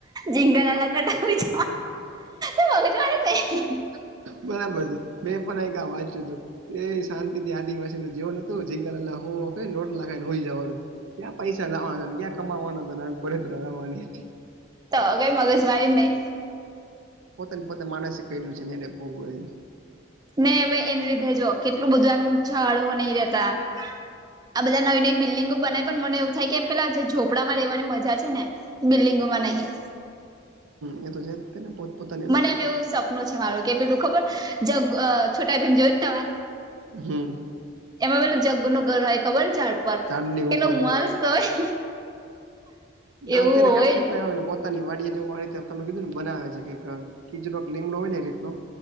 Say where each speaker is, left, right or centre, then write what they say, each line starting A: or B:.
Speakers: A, on the right; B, on the right.
A: જીંગલાલા કટક છ બલ મારી ન
B: બરાબર છે બેં પણ એક આવાજ જુ હતું એ શાંતિ થી આદિવાસી ન જેવો નોતો જીંગ હું નોટ લખાય ને હોય જવાનું ક્યાં પૈસા લાવવાના હતાને ક્યાં કમાવાનો હતો બળતરા લાવવાની હતી
A: તો કઈ મગસ વાાઈહી
B: પોતાને પોતા માણસે કર્યું છે ને એને ભોગવું
A: નહી હવે એને લીધે જો કેટલું બધું એમ જડવો નહી રતા આ બધા નવી નવી બિલ્ડિંગો બનાય પણ મને એવું થાય કે પેલા જે ઝોપડામાં રહેવાની મજા છે ને બિલ્ડીંગમાં નહી
B: હ એ તો છે ને પોત પોતાની
A: મને એમ એવું સપનું છે મારું કે પેલું ખબર જગ છોટા ભીમ જોય છ તમે?
B: હમ
A: એમાં પેલું જગ્ગુ નું ઘર હોય ખબર ઝાડ પર
B: ઝાડની
A: કેટલું
B: ઉપર
A: મસ્ત હોય.
B: હ
A: એવું
B: અત્યારે
A: હોય
B: કટ કેટલા આવે પો ની વાડીને તમે કીધું ને બનાવે છે કે કીજડો લીમડો હોય ને એ રીતનો